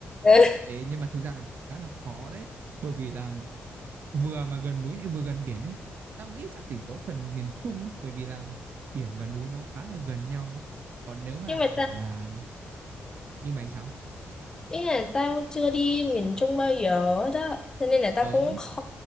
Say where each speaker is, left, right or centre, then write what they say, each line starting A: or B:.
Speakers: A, on the left; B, on the right.
A: ừ.
B: Ê, nhưng mà thực ra là khá là khó đấy bởi vì là vừa mà gần núi lại vừa gần biển ấy tao nghĩ chắc chỉ có phần miền Trung á bởi vì là biển và núi nó khá là gần nhau ấy. còn nếu mà
A: nhưng mà
B: bảo là như mày sao
A: Ý là tao chưa đi miền Trung bao giờ hết á Cho nên là tao
B: ở
A: cũng khó